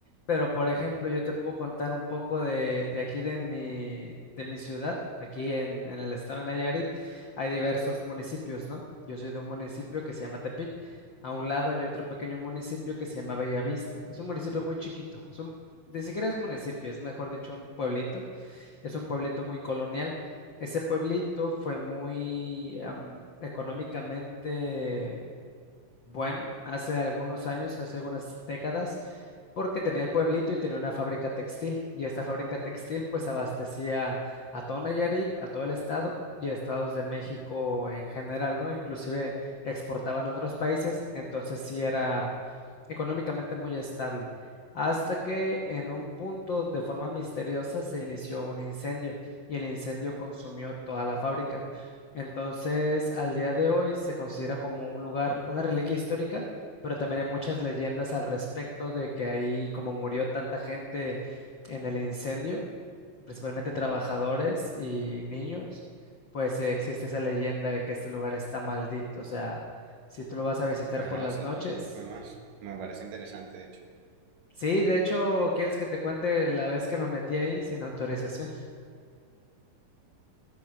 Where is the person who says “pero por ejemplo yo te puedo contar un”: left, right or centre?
Left